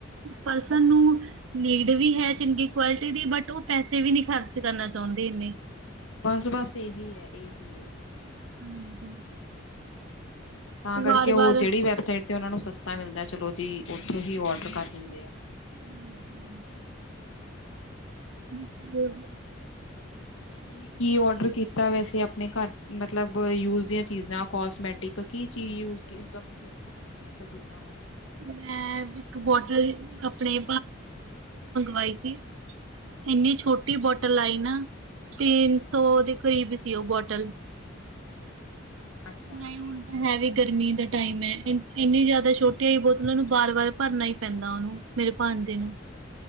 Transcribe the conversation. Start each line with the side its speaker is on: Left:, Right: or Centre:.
Right: ਪਰਸਨ ਨੂੰ ਨੀਡ ਵੀ ਹੈ ਚੰਗੀ ਕੁਆਲਿਟੀ ਦੀ ਬਟ ਉਹ ਪੈਸੇ ਵੀ ਨਹੀਂੀ ਖਰਚ ਕਰਨਾ ਚਾਹੁੰਦੇ ਨੇ।
Left: ਬਸ ਬਸ ਇਹੀ ਹੈ ਇਹੀ ਹੈ ਹਾਂ।
Right: ਹਾਂਜੀ।
Left: ਤਾਂ ਕਰਕੇ
Right: ਵਾਰ-ਵਾਰ
Left: ਉਹ ਜਿਹੜੀ ਵੈਬਸਾਈਟ ਤੇ ਉਹਨਾ ਨੂੰ ਸਸਤਾ ਮਿਲਦਾ ਚਲੋ ਜੀ ਉਓਥੋਂ ਹੀ ਔਡਰ ਕਰ ਦਿੰਦੇ ਆ।
Right: ਹਾਂਜੀ ਹਾਂਜੀ। ਹਮ ਬੋਲੋ
Left: ਤੁਸੀਂ ਕੀ ਕੀ ਓਡਰ ਕੀਤਾ ਵੈਸੇ ਆਪਣੇ ਘਰ। ਮਤਲਬ ਯੂਜ ਦੀਆਂ ਚੀਜ਼ਾਂ ਕੋਸਮੈਟਿਕ ਕੀ ਚੀਜ਼ ਯੂਜ਼ ਕੀ ਮਤਲਬ ਤੁਸੀਂ ਕੀ ਚੀਜ਼ ਔਡਰ ਕੀਤਾ ਹੋਇਆ।
Right: ਮੈਂ ਇੱਕ ਬੋਟਲ ਲਈ ਆ ਇੰਨੀ ਛੋਟੀ ਬੋਟਲ ਆਈ ਨਾ ਤਿੰਨ ਸੌ ਦੇ ਕਰੀਬ ਸੀ ਔ ਬੋਟਲ।
Left: ਅੱਛਾ।
Right: ਨਹੀਂ ਹੁਣ ਤਾਂ ਹੈ ਵੀ ਗਰਮੀ ਦਾ ਟਾਈਮ ਹੈ, ਇੰਨੀ ਜ਼ਿਆਦਾ ਛੋ ਕਈ ਬੋਤਲਾਂ ਨੂੰ ਵਾਰ-ਵਾਰ ਭਰਨਾ ਹੀ ਪੈਂਦਾ ਉਹਨੂੰ ਮੇਰੇ ਭਾਂਣਜੇ ਨੂੰ।